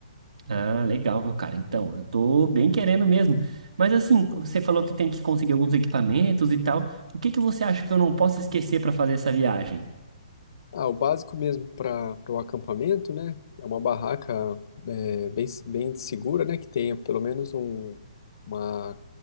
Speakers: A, on the right; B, on the left.
A: Ah, legal, cara. Então, eu tô bem querendo mesmo. Mas assim, você falou que tem que conseguir alguns equipamentos e tal. O que que você acha que eu não posso esquecer para fazer essa viagem?
B: Ah, o básico mesmo para o acampamento, né? É uma barraca é, bem, bem segura, né? Que tenha pelo menos um, uma